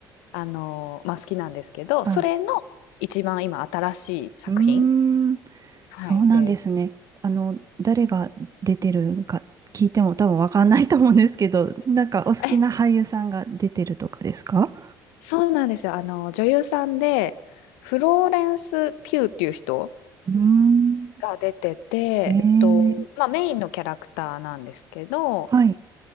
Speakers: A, on the left; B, on the right.
A: あの、まあ、好きなんですけど、
B: あ、
A: それの一番今新しい作品。
B: うーん、
A: はい。
B: そうなんですね。
A: で、
B: あの、誰が出てるか聞いても多分わかんないと思うんですけど、なんかお好きな俳優さんが出てるとかですか
A: え、そうなんですよ。あの、女優さんで、フローレンス・ピューっていう人
B: うーん。
A: が出てて、
B: ええ
A: えっと、まあ、メインのキャラクターなんですけど、
B: はい。